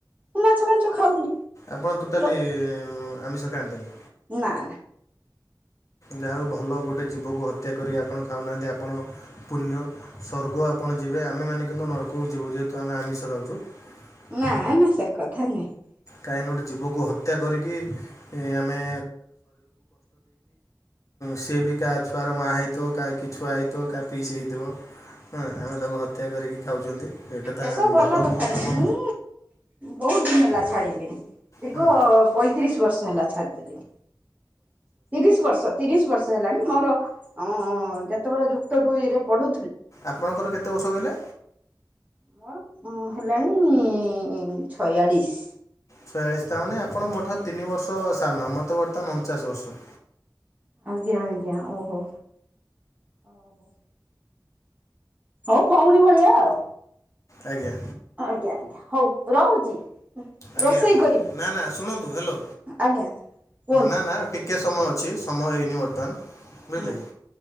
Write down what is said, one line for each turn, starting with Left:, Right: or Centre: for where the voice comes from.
Right: ମୁଁ, ମାଛ, ମାଂସ ଖାଉନି।
Left: ଆପଣ ଟୋଟାଲି
Right: ର
Left: ଆମିଷ ଖାଆନ୍ତିନି।
Right: ନା, ନା।
Left: ଯାହା ହଉ ଭଲ ଗୋଟେ ଜୀବକୁ ହତ୍ୟା କରି ଆପଣ ଖାଉନାହାନ୍ତି। ଆପଣ ପୁଣ୍ୟ ସ୍ୱର୍ଗ। ଆପ ଣ ଯିବେ। ଆମେମାନେ କିନ୍ତୁ ନର୍କକୁ ଯିବୁ। ଯେହେତୁ ଆମେ ଆମିଷ ଖାଉଚୁ।
Right: ନା
Left: ଉଁ
Right: ନା ସେ କଥା ନୁହେଁ
Left: କାହିଁକିନା ଗୋଟେ ଜୀବକୁ ହତ୍ୟା କରିକି ଆମେ ସିଏ ବି କାହା ଛୁଆର ମା ହେଇଥିବ, କାହା କି ଛୁଆ ହେଇଥିବ, କାହା ପିୟୁସି ହେଇଥିବ। ହୁଁ ଆମେ ତାକୁ ହତ୍ୟା କରିକି ଖାଉଛନ୍ତି। ଏ କଥା
Right: ସେ ସବୁ ଭଲ କଥା।
Left: ନୁହଁ ଆପଣ
Right: ମୁଁ ବହୁତ ଦିନ ହେଲା ଛାଡ଼ିଲିନି। ଦୀର୍ଘ
Left: ହୁଁ,
Right: ପଇଁତିରିଶ ବର୍ଷ ହେଲା ଛାଡିଥିଲି। ତିରିଶ ବର୍ଷ ତିରିଶ ବର୍ଷ ହେଲାଣି। ମୋର ଅ ଯେତେବେଳେ ଯୁକ୍ତ ଦୁଇରେ ପଢୁ
Left: ଆପଣଙ୍କର କେତେ ବର୍ଷ କହିଲେ?
Right: ମୋର ହେଲାଣି ଛୟାଳିଶ।
Left: ଛୟାଳିଶ ତା ମାନେ ଆପଣ ମୋଠୁ ତିନି ବର୍ଷ ସାନ ମତେ ବର୍ତ୍ତମାନ ଅଣଚାଶ ବର୍ଷ।
Right: ଆଜ୍ଞା ଆଜ୍ଞା ଓହୋ ଓହୋ। ହଉ ଭଉଣୀ ଭଳିଆ ଆଉ
Left: ଆଜ୍ଞା
Right: ଆଜ୍ଞା ଆଜ୍ଞା ହଉ ରହୁଛି।
Left: ଆଜ୍ଞା
Right: ରୋଷେଇ କରିବି
Left: ନା ନା ଶୁଣନ୍ତୁ ହାଲୋ।
Right: ଆଜ୍ଞା କୁହନ୍ତୁ
Left: ନା ନା ଟିକେ ସମୟ ଅଛି ସମୟ ହେଇନି ବର୍ତ୍ତମାନ ବୁଝିଲେ
Right: ହୁଁ
Left: କି?